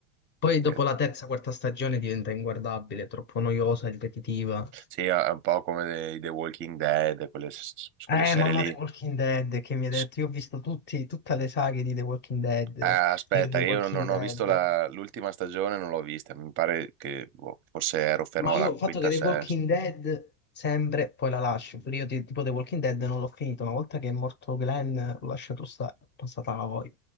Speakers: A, on the left (about 25°); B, on the right (about 30°).
A: Poi
B: Che-
A: dopo la terza, quarta stagione diventa inguardabile, troppo noiosa, ripetitiva.
B: Sì, è un po' come dei- The Walking Dead, quelle, s- quelle
A: Eh,
B: serie
A: mamma
B: lì.
A: The Walking Dead che mi ha detto,
B: S-
A: io ho visto tutti, tutte le saghe di The Walking Dead,
B: ah, aspetta,
A: Fear the
B: io
A: Walking
B: non, non
A: Dead,
B: ho visto la- l'ultima stagione, non l'ho vista. Mi pare che boh, forse ero fermo
A: Ma io
B: alla
A: ho fatto
B: quinta,
A: che The
B: sesta.
A: Walking Dead sempre poi la lascio, perché io ti- tipo The Walking Dead non l'ho finito, una volta che è morto Glenn l'ho lasciato stare, è passata la voglia.